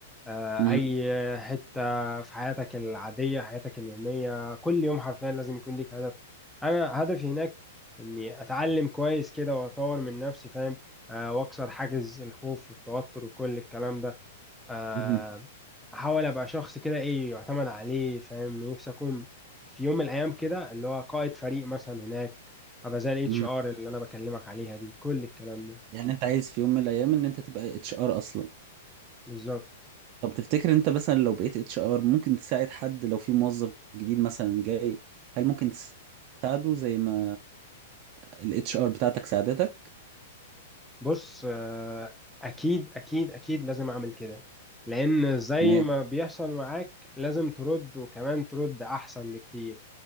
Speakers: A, in the centre; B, on the right (about 35°).
A: آه،
B: مم.
A: اي حته في حياتك العاديه حياتك اليوميه كل يوم حرفيا لازم يكون ليك هدف انا هدفي هناك اني اتعلم كويس كده واطور من نفسي فاهم آه، واكسر حاجز الخوف والتوتر وكل الكلام ده آه،
B: مم.
A: احاول ابقى شخص كده ايه يعتمد عليه فاهم نفسي اكون في يوم من الايام كده اللي هو قائد فريق مثلا هناك ابقى زي الاتش
B: مم.
A: ار اللي انا بكلمك عليها دي كل الكلام ده
B: يعني انت عايز في يوم من الايام ان انت تبقى اتش ار اصلا
A: بالظبط
B: طب تفتكر انت مثلا لو بقيت اتش ار ممكن تساعد حد لو في موظف جديد مثلا جاي هل ممكن تساعده زي ما الاتش ار بتاعتك ساعدتك
A: بص آه، اكيد اكيد اكيد لازم اعمل كده لان زي
B: تمام
A: ما بيحصل معاك لازم ترد وكمان ترد احسن بكتير